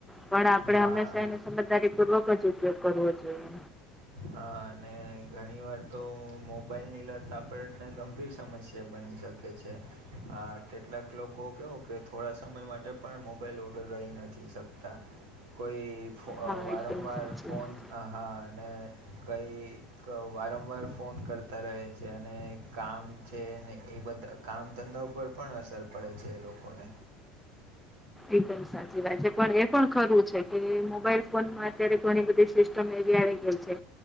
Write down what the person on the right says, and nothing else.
હા
હા અને ઘણીવાર તો મોબાઈલની લત આપણને ગંભીર સમસ્યા બની શ કે છે. હા કેટલાક લોકો કેવું કે થોડા સમય માટે પણ મોબાઈલ વગર રહી નથી શકતા. કોઈ ફો
અહ વારંવાર
ફોન
હા અને કઈ ક વારંવાર ફોન કરતા રહે છે અને કામ છે ને એ બધા કામ ધંધા ઉપર પણ અસર પડે છે એ લોકોને.